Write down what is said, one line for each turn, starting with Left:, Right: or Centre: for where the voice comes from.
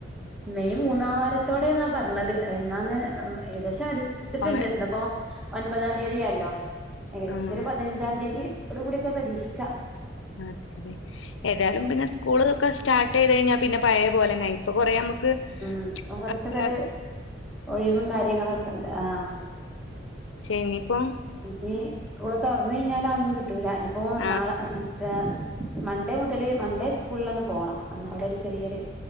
Centre: മെയ് മൂന്നാം വാരത്തോടേന്നാ പറ്ഞ്ഞത് എന്നാന്ന് ഏകദേശം അട്ത്ത്ട്ട്ണ്ട്
Left: ആഹ്
Centre: ഇന്ന്പ്പോ ഒൻപതാം തീയതിയാല്ലോ
Left: ആഹ്
Centre: ഏകദേശം ഒര് പതിനഞ്ചാം തീയ്യതിയോട് കൂട്യേക്കെ പ്രതീക്ഷിക്ക
Left: അതെ അതെ ഏതായാലും പിന്നെ സ്കൂള് ഒക്കെ സ്റ്റാർട്ടേയ്ത് കഴിഞ്ഞാ പിന്നെ പഴയ പോലെന്നായി ഇപ്പൊ കൊറേ അമ്മക്ക്
Centre: ഉം
Left: <unintelligible>
Centre: ഇപ്പം കുറച്ചൊക്കെ ഒരു ഒഴിവും കാര്യങ്ങളൊക്കെണ്ട് ആഹ്
Left: ക്ഷേ ഇനിപ്പം
Centre: ഇഞ്ഞ് സ്കൂള് തൊറന്ന് കയിഞ്ഞാലതൊന്നും കിട്ടൂല ഇഞ്ഞ്പ്പോ
Left: ആഹ്
Centre: നാളെ ഏ ഉം <unintelligible> മൺഡേ മുതല് മൺഡേ സ്കൂള് ഇള്ളന്ന് പോണം അന്ന് അവ്ടൊര് ചെറിയൊര്